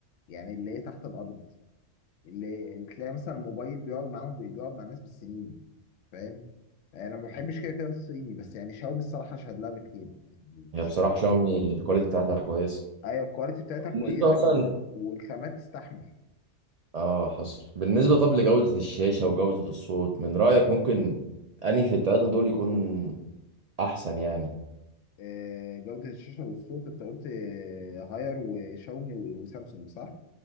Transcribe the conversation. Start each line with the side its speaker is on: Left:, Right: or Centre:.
Left: يعني اللي هي تحت الارض اللي تلاقي مثلا موبايل بيقعد معاهم بيقعد مع الناس بالسنين فاهم انا ما بحبش كده كده الصيني بس يعني شاومي الصراحه اشهد لها بالخير يعني
Right: هي
Left: الشركه
Right: بصراحة شاومي الكواليتي بتاعتها كويسة
Left: ايوه الكواليتي بتاعتها كويسه
Right: بالنسبة مثلا
Left: وال- والخامات تستحمل
Right: اه حصل بالنسبة طب لجودة الشاشة وجودة الصوت من رأيك ممكن أنهي في التلاتة دول يكون أحسن يعني
Left: آه، جوده الشاشه والصوت انت قلت آه، هاير وشاومي و- وسامسونج صح؟